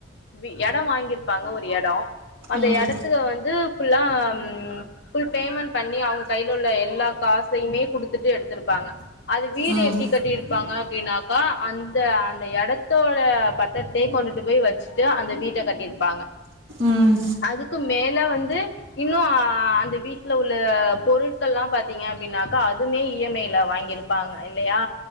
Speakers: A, on the left; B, on the right.
A: வி எட வாங்கிற்ப்பாங்க ஒரு எடோ அந்த
B: ம்
A: எடத்துல வந்து ஃபுல்லா ம் ஃபுல் பேமண்ட் பண்ணி அவுங் கைல உள்ள எல்லா காசயுமே குடுத்துட்டு எடுத்துருப்பாங்க அது வீடு
B: ம்
A: எப்டி கட்டிருப்பாங்க அப்டின்னாக்கா அந்த அந்த எடத்தோட பத் தரத்தே கொண்டுட்டு போய் வச்ட்டு அந்த வீட்ட கட்டிருப்பாங்க
B: ம்
A: அதுக்கு மேல வந்து இன்னு அந்த வீட்ல உள்ள பொருட்கள்லா பாத்தீங்க அப்டின்னாக்கா அதுமே இஎம்ஐ ல வாங்கிருப்பாங்க இல்லயா